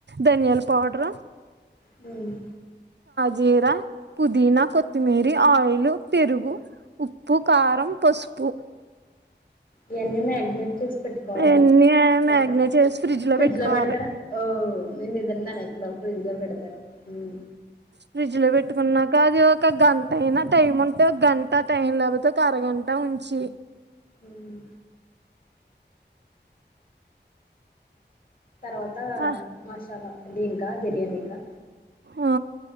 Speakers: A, on the right; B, on the left.
A: ధనియాల పౌడరు
B: హ్మ్
A: జీరా పుదీనా కొత్తిమీరి ఆయిలు పెరుగు, ఉప్పు, కారం, పసుపు
B: ఇయన్నీ మేగ్నట్ చేస్ పెట్టుకోవ ల
A: ఇవన్నీ మ్యాగ్నేట్
B: ఒక
A: చేసి
B: ఫ్రిడ్జ్
A: పెట్టుకోవాలి
B: లో పెడతారా ఓ నే <unintelligible> ఫ్రిడ్జ్ లో పేడతారు హ్మ్
A: ఫ్రిడ్జ్ లో పెట్టుకున్నాక అది ఒక గంట అయినా టైం ఉంట అంటే ఒక గంట టైం లేకపోతే ఒక అరగంట ఉంచి
B: ఉమ్ తర్వాత
A: ఆ
B: మసాలా దీనికా బిర్యానీకా
A: ఆ